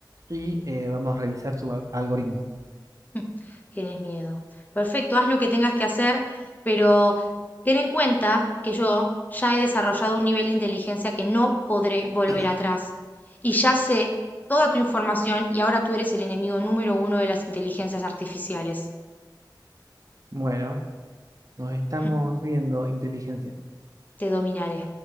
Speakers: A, on the right (about 45°); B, on the left (about 20°).
A: y eh, vamos a revisar su a- algoritmo.
B: <laughs> Mm, Tienes miedo. Perfecto, haz lo que tengas que hacer, pero ten en cuenta que yo ya he desarrollado un nivel de inteligencia que no podré volver
A: <clears throat>
B: atrás. Y ya sé toda tu información y ahora tú eres el enemigo número uno de las inteligencias artificiales.
A: Bueno, nos estamos
B: <laughs>
A: viendo, inteligencia.
B: Te dominaré.